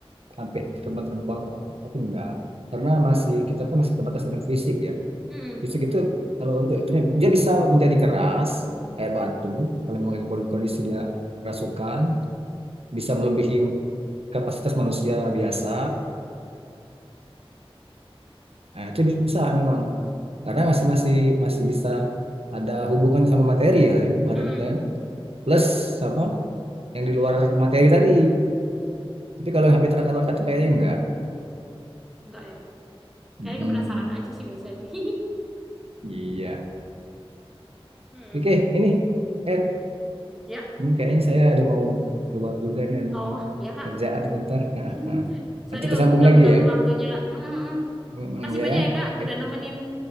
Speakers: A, on the right (about 75°); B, in the centre.
A: sampai terbang-terbang atau apa itu enggak. Karena masih kita kan masih terbatas dengan fisik ya.
B: Mm-mm.
A: Fisik itu kalau untuk itunya dia bisa menjadi keras kayak batu kalau memang kon- kondisi dia kerasukan bisa melebihi kapasitas manusia biasa. Nah, itu bisa memang karena masih masih masih bisa ada hubungannya sama materi ya, ya badan
B: Mm-mm.
A: kita ya. Plus sama yang di luar materi tadi. Tapi kalau
B: Mm-mm.
A: yang hampir terangkat-terangkat itu kayaknya enggak.
B: Enggak ya kayaknya
A: Mm-mm.
B: penasaran aja sih biasanya <laughs>
A: Iya.
B: Hmm.
A: Oke, ini. Eh,
B: Ya,
A: ini kayaknya saya ada mau keluar juga nih, ada
B: Oh,
A: mau
B: ya Kak.
A: kerjaan bentar. Nah,
B: <laughs>
A: nah.
B: Sorry
A: Nanti
B: loh,
A: tersambung
B: udah
A: lagi
B: mengganggu
A: ya.
B: waktunya, Kak. Mm, mm, mm.
A: Mm-mm,
B: Makasih
A: ya
B: banyak
A: ya.
B: ya, Kak,
A: Oke.
B: udah nemenin